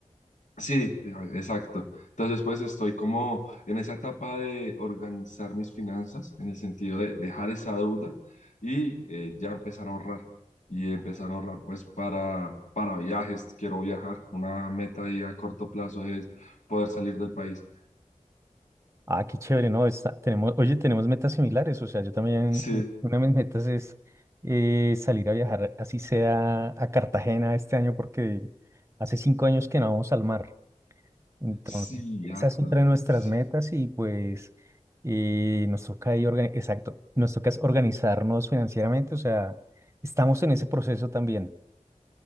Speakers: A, on the left; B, on the right.
A: sí, eh, exacto. Entonces, pues estoy como en esa etapa de organizar mis finanzas, en el sentido de dejar esa deuda y eh, ya empezar a ahorrar. Y empezar a ahorrar, pues, para, para viajes, quiero viajar. Una meta ahí a corto plazo es poder salir del país.
B: Ah, qué chévere, ¿no? Está- tenemos, oye, tenemos metas similares. O sea, yo también,
A: Sí,
B: eh, una de mis metas es eh, salir a viajar, así sea a Cartagena este año, porque hace cinco años que no vamos al mar. Entonces,
A: sí,
B: esa
A: harto.
B: es otra de nuestras
A: sí.
B: metas y pues eh, nos toca ahí, organi- exacto, nos toca es organizarnos financieramente. O sea, estamos en ese proceso también.